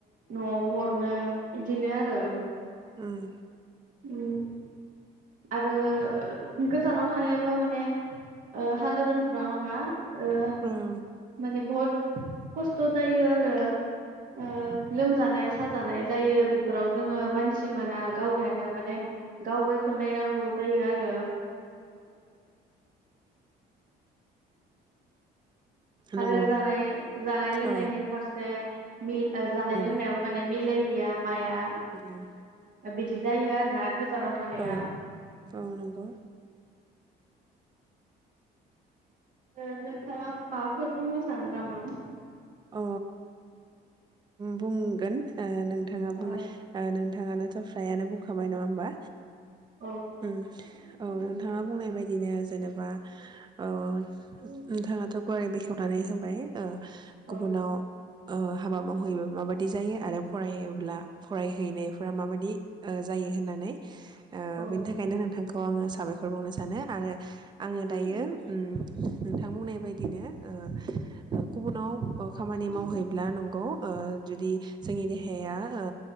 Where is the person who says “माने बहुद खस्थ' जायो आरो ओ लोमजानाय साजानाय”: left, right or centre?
Right